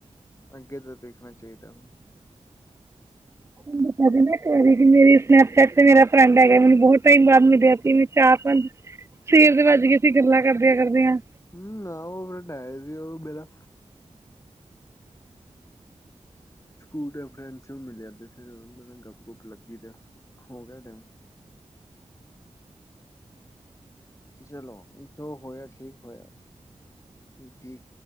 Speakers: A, on the left; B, on the right.
A: ਅੱਗੇ ਦਾ ਦੇਖਣਾ ਚਾਹੀਦਾ ਹੁਣ <inaudible>
B: ਤਾ ਇੱਕ ਵਾਰੀ ਮੇਰੀ ਸਨੈਪਚੈਟ ਤੇ ਮੇਰਾ ਫਰੈਂਡ ਹੈਗਾ ਮੈਨੂੰ ਬਹੁਤ ਟਾਈਮ ਬਾਅਦ ਮਿਲਿਆ ਸੀ ਮ ਚਾਹ-ਪੰਜ ਸਵੇਰ ਦੇ ਵੱਜ ਗਏ ਸੀਂ ਗੱਲਾਂ ਕਰਦਿਆਂ- ਕਰਦਿਆਂ
A: ਹਮ, ਆ ਉਹ ਫਰਡ ਸੀ ਉਹ ਮੇਰਾ ਸਕੂਟ ਫਰੈਂਡਸ ਮਿਲਿਆ ਤੇ ਫਿਰ ਉਹ ਗੱਪ ਗੁੱਪ ਲੱਗੀ ਤੇ ਹੋ ਗਿਆ ਟਾਈਮ ਚਲੋ ਜੋ ਹੋਇਆ, ਠੀਕ ਹੋਇਆ ਕੀ